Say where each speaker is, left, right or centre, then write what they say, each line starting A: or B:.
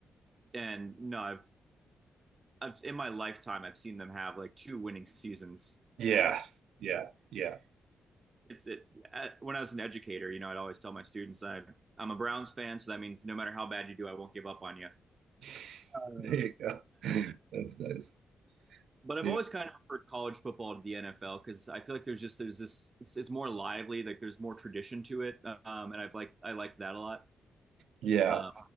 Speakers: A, on the right; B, on the right.
A: and no, I've I've in my lifetime I've seen them have like two winning seasons
B: Yeah. Yeah. Yeah.
A: it's it at, when I was an educator, you know, I'd always tell my students I I'm a Browns fan, so that means no matter how bad you do, I won't give up on you.
B: <laughs>
A: Um,
B: There you go. <laughs> That's nice.
A: but I've
B: Yeah.
A: always kind of preferred college football to the NFL because I feel like there's just there's this it's, it's more lively, like there's more tradition to it, um, and I've like I liked that a lot.
B: Yeah.
A: Um,